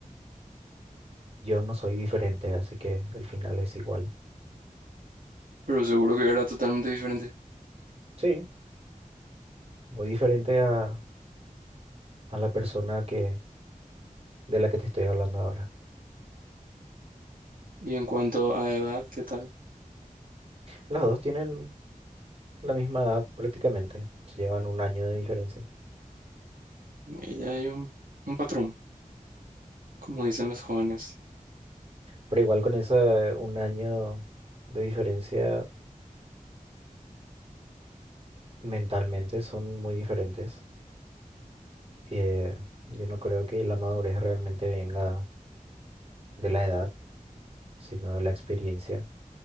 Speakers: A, on the right (about 45°); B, on the right (about 80°).
A: Yo no soy diferente, así que el final es igual.
B: pero seguro que era totalmente diferente.
A: Sí, muy diferente a, a la persona que, de la que te estoy hablando ahora.
B: Y en cuanto a edad, ¿qué tal?
A: las dos tienen la misma edad prácticamente, se llevan un año de diferencia,
B: Ella hay un, un patrón, como dicen los jóvenes.
A: pero igual con ese un año de diferencia mentalmente son muy diferentes. Eh, yo no creo que la madurez realmente venga de la edad, sino de la experiencia.